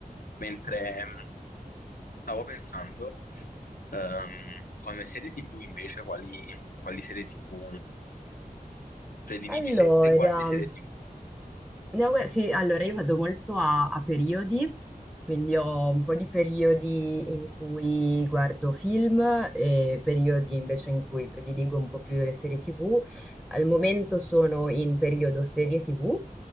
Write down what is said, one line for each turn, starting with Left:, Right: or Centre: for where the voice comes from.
Left: Mentre ehm, stavo pensando, ehm, come serie TV invece, quali, quali serie TV prediligi,
Centre: Allora,
Left: se, se guardi serie
Centre: no,
Left: TV.
Centre: guarda, sì, allora io vado molto a, a periodi, quindi ho un po' di periodi in cui guardo film e periodi invece in cui prediligo un po' più le serie TV. Al momento sono in periodo serie TV